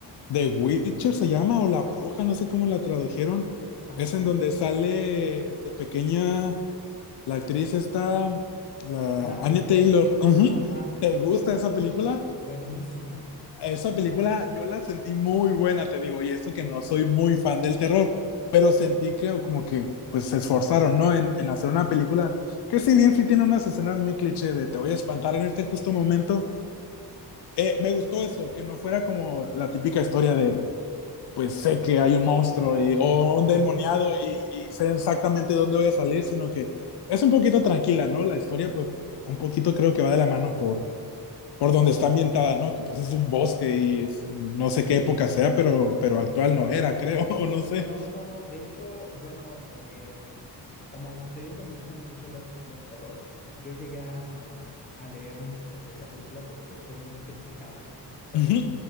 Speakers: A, on the left; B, on the left.
A: The Witcher se llama o La Bruja, no sé cómo la tradujeron.
B: Ah,
A: Es en donde sale de pequeña la actriz esta, la
B: Anna
A: Annie
B: Taylor,
A: Taylor. <laughs> Ujú.
B: ajá,
A: ¿Te gusta
B: uy,
A: esa película?
B: sí, buenísima,
A: esa
B: de
A: película yo la sentí muy buena, te digo, y eso que no soy muy fan del terror, pero sentí que como que pues se esforzaron, ¿no? En, en hacer una película que si bien sí tiene unas escenas muy cliché de te voy a espantar en este justo momento, eh, me gustó eso, que no fuera como la típica historia de pues sé que hay un monstruo
B: fantasmas,
A: y, o un
B: ajá.
A: demoniado y, y sé exactamente dónde voy a salir, sino que es un poquito tranquila, ¿no? La historia pues un poquito creo que va de la mano por por donde está ambientada, ¿no? Que pues es un bosque y es un- no sé qué época sea, pero, pero actual no era, creo, <laughs> o no sé.
B: No, no, de hecho, bueno, em, como te digo que me gustan mucho las películas de terror, yo llegué a, a- a leer mucho sobre esa película porque fue muy criticada, o sea,
A: Ujú.
B: como